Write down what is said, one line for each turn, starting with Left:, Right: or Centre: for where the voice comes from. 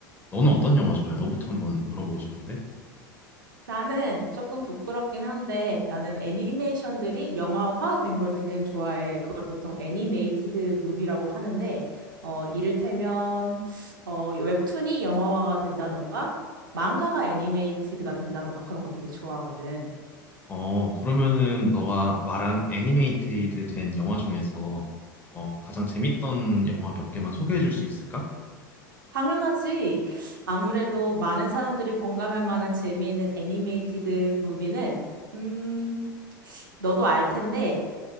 Left: 너는 어떤 영화 좋아해? 너부터 한번 물어보고 싶은데.
Right: 나는 조금 부끄럽긴 한데 나는 애니메이션들이 영화화 된 걸 굉장히 좋아해. 그걸 보통 애니메이티드 무비라고 하는데 어 이를테면 어 웹툰이 영화화가 된다던가 망가가 애니메이티드가 된다던가 그런 거 되게 좋아하거든.
Left: 어, 그러면은 너가 말한 애니메이티드 된 영화 중에서 어, 가장 재밌던 영화 몇 개만 소개해 줄 수 있을까?
Right: 당연하지. 아무래도 많은 사람들이 공감할 만한 재미있는 애니메이티드 무비는 음 너도 알 텐데